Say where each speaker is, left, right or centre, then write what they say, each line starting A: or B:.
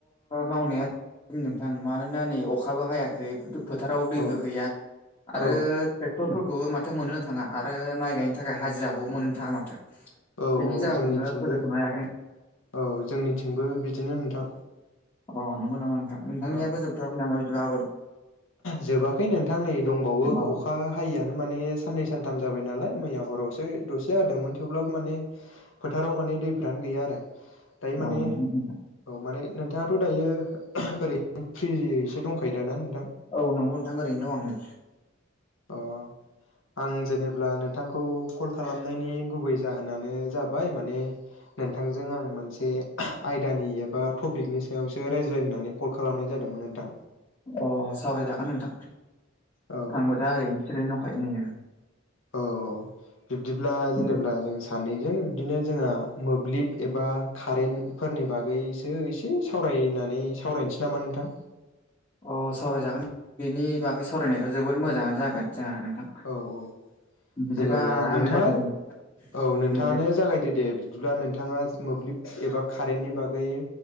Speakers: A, on the left; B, on the left.
A: मावनाया नोंथां मानोना नै अखाबो हायाखै। फोथाराव दैबो
B: औ
A: गैया आरो
B: औ
A: ट्रेक्टर खौबो माथो मोननोनो थाङा आरो माइ गायनो थाखाय हाजिराखौबो मोनोनो थाङा माथो।
B: औ
A: बेनि
B: औ
A: जाहोनावनो
B: जोंनिथिंबो
A: फोजोबथ'नो हायाखै नों
B: औ जोंनिथिंबो बिदिनो नोंथां।
A: अ नंगौ नामा नोंथां नोंथांनियाबो
B: औ
A: जोबथ'वाखै नामा बिदिबा आब
B: जोबाखै नोंथां नै दंबावो
A: अ
B: अखा हायैआ माने साननै सानथाम जाबाय नालाय मैया हरावसो दसे हादोंमोन। थेवब्लाबो माने फोथाराव माने दैफोरानो गैया आरो दायो
A: औ
B: माने
A: नंगौ नोंथां
B: औ माने नोंथांआथ' दायो ओरैनो फ्रियैसो दंखायोदा ना नोंथां?
A: औ नंगौ नोंथां ओरैनो दं आं नै।
B: अ आं जेनेब्ला नोंथांखौ कल खालामनायनि गुबै जाहोनानो जाबाय माने नोंथांजों आं मोनसे आयदानि एबा टपिकनि सायावसो रायज्लायनानै कल खालामनाय जादों दोंमोनो नोंथां।
A: अ सावरायजागोन नोंथां
B: औ
A: आंबो दा ओरैनोसो जिरायना दंखायो नै।
B: औ औ बिब्दिब्ला जेनेबा
A: दे
B: जों सानैजों बिदिनो जोंहा मोब्लिब एबा कारेन्टफोरनि बागैसो एसे सावरायनानै सावराय सैनामा नोंथां?
A: अ सावरायजागोन बेनि बागै सावरायनायाथ' जोबोर मोजाङानो जागोन। जोंहा नोंथां
B: औ औ
A: बिदिबा
B: जेनेब्ला नोंथाङा
A: आंनो जागायजेन
B: औ नोंथाङानो
A: मोब्लिब
B: जागायदो दे बिदिब्ला नोंथाङा मोब्लिब एबा कारेन्टनि बागै गै